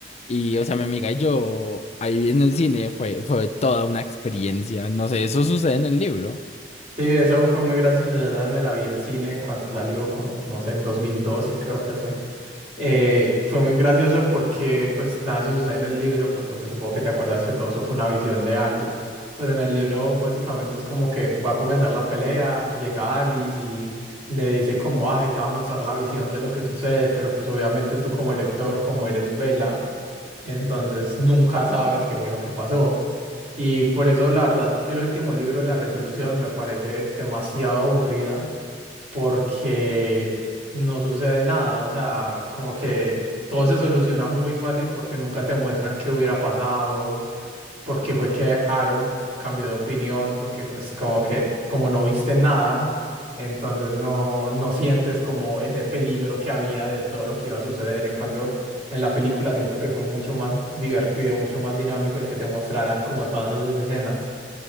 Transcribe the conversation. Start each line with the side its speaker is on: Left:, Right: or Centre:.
Left: y o sea mi amiga y yo ahí en el cine fue, fue toda una experiencia, no sé, eso sucede en el libro.
Right: Sí, eso fue muy gracioso, la verdad me la vi en cine cuando salió como, no sé, en 2012 creo que fue. Eh, fue muy gracioso porque pues nada de eso sucede en el libro, porque pues supongo que te acuerdas que todo eso fue una visión de Alice. Pues en el libro básicamente es como que va a comenzar la pelea, llega Alice y le dice como, ay, te va a mostrar la visión de lo que sucede, pero pues obviamente tú como lector, como eres Vela, entonces nunca sabes qué fue lo que pasó. Y por eso, la verdad, el último libro, La Resolución, me parece demasiado aburrida porque no sucede nada. O sea, como que todo se soluciona muy fácil porque nunca te muestran qué hubiera pasado, porque fue que Aro cambió de opinión, porque pues como que como no viste nada, entonces no, no sientes como ese peligro que había de todo lo que iba a suceder. En cambio, en la película siento que fue mucho más divertido, mucho más dinámico el que te mostraran como todas esas escenas.